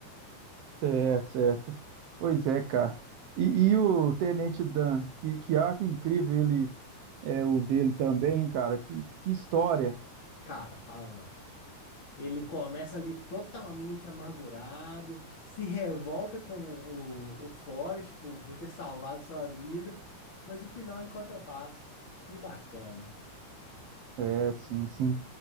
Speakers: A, on the right (about 85°); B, on the left (about 40°).
A: Certo, certo. Pois é, cara. E, e o Tenente Dan, que, que arco incrível ele é o dele também, cara. Que, que história.
B: Cara, fala não. Ele começa ali totalmente amargurado, se revolta com o, o Forrest por, por ter salvado sua vida, mas no final encontra paz. Que bacana.
A: É, sim, sim.